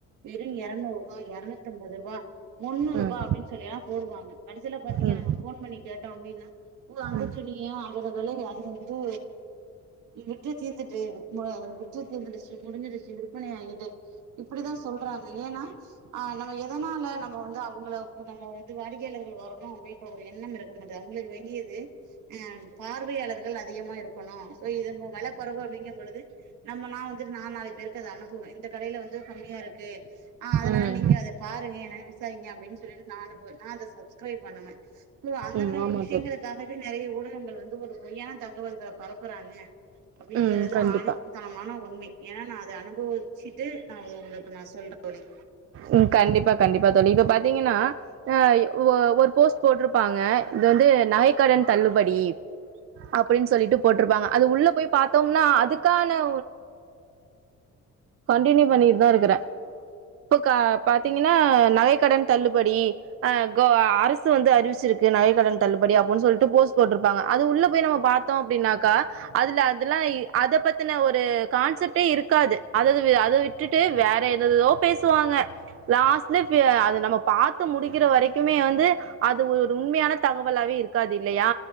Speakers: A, on the right (about 85°); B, on the right (about 50°).
A: வெறு எரநூறு ரூவா எரநூத்து அம்பது ரூவா முன்னூறு
B: ம்
A: ரூவா அப்டினு சொல்லி லா போடுவாங்க கடசில பாத்தீங்கங்க
B: ம்
A: நம்ம போன் பண்ணி கேட் டோமினா ஓ அந்த
B: ம்
A: துணியா அதுல்ல வெலை அதிகம் இது விட்று தீர்ந்துட்டு மோ விற்று தீர்ந்துடுச்சு முடிஞ்சிடுச்சு விற் விற்பனையாகிட்டு இப்டிதா சொல்றாங்க ஏன்னா அஹ் நம்ம எதனால நம்ம வந்து அவுங்கள இப்ப நம்மோ வந்து வாடி க்கையாளர்கள் வரணு அப்டின்ற ஒரு எண்ணம் இருக்குனது அவுங்களுக்கு வேண்டியது ஆஹ் பார்வையாளர் கள் அதிகமா இருக்கணு சோ இது வெல கொறவு அப்டிங்க பொழுது நம்ம நா வந்துட்டு ந நாலு பேருக்கு அத அனுப்புவே இந்த கடையில வந்து கம்மியா இருக்கு ஆஹ் அதனால
B: ம்
A: நீங்க அத பாருங்கே என்னனு விசாரிங்க அப்டினு சொல்லிட்டு நா அனுப்புவே நா அந்த ஸ் சப்ஸ்கிரைப் பண்ணனும் சோ அந்த
B: ம்
A: மாரி
B: ஆமா
A: விஷயங்களுக்காகவே
B: தோழி
A: நெறைய ஊட கங்கள் வந்து ஒரு பொய்யான தகவல்கள பரப்புறாங்க அப்டிங்கறது
B: ம் கண்டிப்பா
A: ஆணித்தனமான உண்மை ஏன்னா நா அத அனுபவிச்சுட்டு நாங்க உங்களுக்கு நா சொல்ற வழி
B: உம் கண்டிப்பா கண்டிப்பா தோழி இப்ப பாத்தீங்கன்னா ஆ இ ஓர் ஒரு போஸ்ட் போட்டிருப்பாங்க இது வந்து நகைக்கடன் தள்ளுபடி அப்டினு சொல்லிட்டு போட்ருப்பாங்க அது உள்ள போய் பாத்தோ னா அதுக்கான ஒ கன்டினியூ பண்ணிட்டு தா இருக்கறே இப்ப க பாத்தீங்கன்னா நகை கடன் தள்ளுபடி அஹ் கொ அ அரசு வந்து அறிவிச்சிருக்கு நகை கடன் தள்ளுபடி அப்புனு சொல்லிட்டு போஸ்ட் போட்ருப்பாங்க அது உள்ள போய் நம்ம பாத்தோ அப்டின்னாக்கா அதுல அதெல்லாயி அத பத்தின ஒரு கான்செப்டே இருக்காது அதது அத விட்டுட்டு வேற எதததோ பேசுவாங்க லாஸ்ட்ல ஃபிய அத நம்ம பாத்து முடிக்கிற வரைக்குமே வந்து அது ஒரு ஒரு உண்மையான தகவலாவே இருக்காது இல்லையா